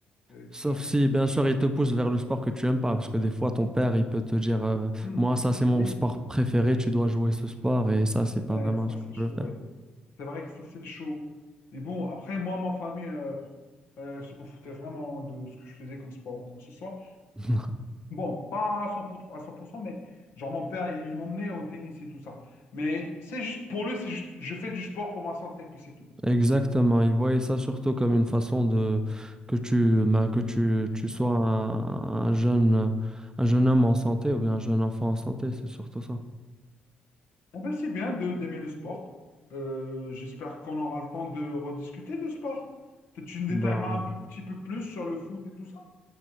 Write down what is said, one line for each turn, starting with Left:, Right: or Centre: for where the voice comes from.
Left: c'est
Right: Sauf
Left: clair.
Right: si, bien sûr, il te pousse vers le sport que tu aimes pas, parce que des fois, ton père, il peut te dire, euh,
Left: Mhm.
Right: moi, ça, c'est mon
Left: Oui,
Right: sport préféré, tu dois jouer ce sport, et ça, c'est pas
Left: ouais,
Right: vraiment
Left: ça,
Right: ce que
Left: c'est
Right: tu
Left: chaud,
Right: veux faire.
Left: ouais. C'est vrai que ça, c'est chaud. Mais bon, après, moi, ma famille euh, euh, s'en foutait vraiment de ce que je faisais comme sport ou quoi que ce soit.
Right: <laughs>
Left: Bon, pas à s'en foutre à 100%, mais genre, mon père, il m'emmenait au tennis et tout ça. Mais c'est juste, pour lui, c'est juste, je fais du sport pour ma santé, puis c'est tout.
Right: Exactement, ils voyaient ça surtout comme une façon de que tu ben, que tu, tu sois un, un jeune un jeune homme en santé ou bien un jeune enfant en santé, c'est surtout ça.
Left: Ah ben, c'est bien de d'aimer le sport. Euh, j'espère qu'on aura le temps de rediscuter de sport. Peut-être tu me détailleras
Right: Ben,
Left: un peu, petit peu plus sur le foot et tout ça.